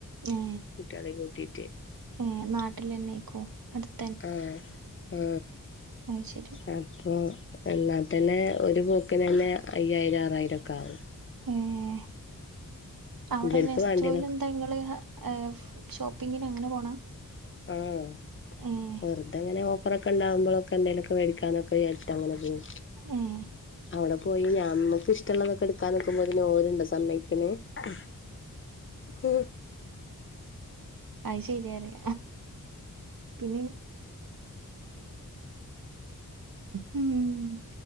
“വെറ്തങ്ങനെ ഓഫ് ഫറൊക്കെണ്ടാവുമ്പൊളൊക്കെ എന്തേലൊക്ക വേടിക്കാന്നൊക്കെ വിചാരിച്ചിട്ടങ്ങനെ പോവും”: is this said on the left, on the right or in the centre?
Left